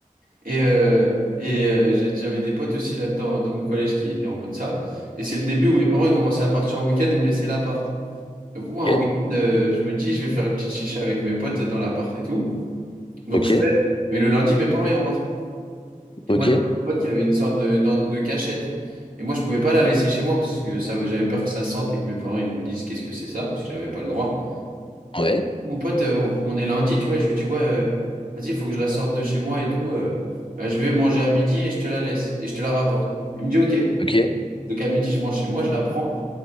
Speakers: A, on the right; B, on the left.
A: Et, euh, et euh, j'ai- j'avais des potes aussi là-dedans, dans mon collège, qui étaient en mode ça. Et c'est le début où mes parents, ils commençaient à partir en week-end et me laisser l'appart. Donc, moi,
B: Ok,
A: un week-end, euh, je me dis, je vais faire une petite chicha avec mes potes dans l'appart et tout. Donc,
B: ok,
A: je fais. Mais le lundi, mes parents, ils rentrent. Et
B: ok,
A: moi, j'avais un pote qui avait une sorte de, dans- de cachette. Et moi, je pouvais pas la laisser chez moi parce que ça, j'avais peur que ça sente et que mes parents ils me disent qu'est-ce que c'est ça, parce que j'avais pas le droit.
B: ouais.
A: Mon pote, euh, on est lundi, tu vois, je lui dis, ouais, euh, vas-y, il faut que je la sorte de chez moi et tout. euh, bah, je vais manger à midi et je te la laisse et je te la rapporte. Il me dit, ok.
B: Ok.
A: Donc à midi, je mange chez moi, je la prends,